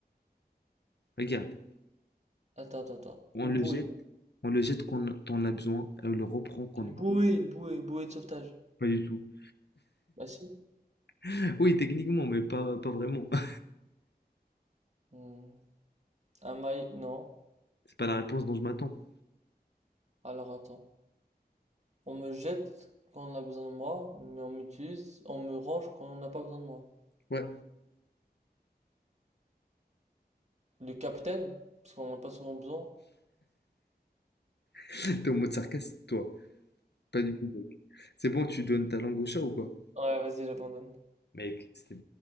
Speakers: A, on the left (about 80°); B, on the right (about 40°).
A: Regarde,
B: Attends, attends, attends.
A: on
B: Une
A: le
B: bouée.
A: jette, on le jette quand on en a besoin et on le reprend quand
B: Une
A: on en
B: bouée,
A: a
B: une bouée, une bouée de sauvetage.
A: Pas du tout.
B: Bah si.
A: <laughs> Oui, techniquement, mais pas, pas vraiment. <laughs>
B: Hmm. Un maille, non.
A: C'est pas la réponse dont je m'attends.
B: Alors attends. On me jette quand on a besoin de moi, mais on m'utilise, on me range quand on n'a pas besoin de moi.
A: Ouais,
B: Le capitaine, parce qu'on n'en a pas souvent besoin.
A: <laughs> t'es en mode sarcasme, toi. Pas du tout, mec. C'est bon, tu donnes ta langue au chat ou quoi?
B: Ouais, vas-y, j'abandonne.
A: Mec, c'était